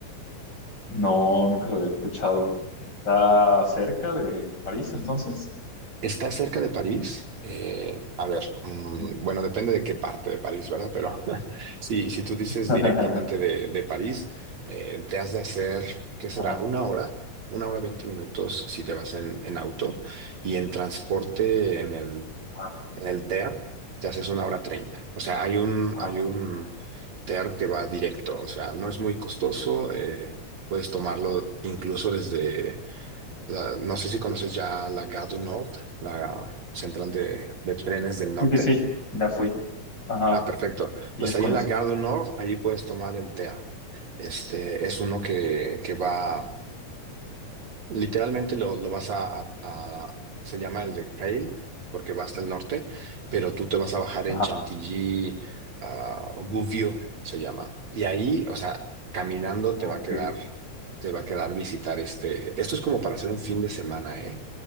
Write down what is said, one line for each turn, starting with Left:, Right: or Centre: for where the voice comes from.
Left: No, nunca lo había escuchado. ¿Está cerca de París, entonces?
Right: Está cerca de París. eh, a ver, mm,
Left: Ujú.
Right: bueno, depende de qué parte de París, ¿verdad? Pero <laughs> si, si tú dices
Left: <laughs>
Right: directamente de, de París, eh, te has de hacer, ¿qué será?
Left: Ajá,
Right: Una hora, una hora veinte minutos si te vas en, en auto y en transporte en el
Left: ajá,
Right: En el TER te haces una hora treinta. O sea, hay un,
Left: ajá.
Right: hay un TER que va directo. O sea, no es muy costoso. eh, puedes tomarlo incluso desde, la- no sé si conoces ya la Gare du Nord, la central de, de trenes del norte.
Left: Sí, sí, sí, ya fui. Ajá,
Right: Ah, perfecto.
Left: sí,
Right: Pues
Left: ya
Right: ahí
Left: conozco.
Right: en la Gare du Nord, allí puedes tomar el TER. Este es uno que, que va. Literalmente lo, lo vas a, a- a- se llama el de Cail, porque va hasta el norte, pero tú te vas a bajar en
Left: Ajá,
Right: Chantilly, a Gouvieux se llama. Y ahí, o sea, caminando
Left: ok,
Right: te va a quedar, te va a quedar visitar este. Esto es como para hacer un fin de semana, ¿eh?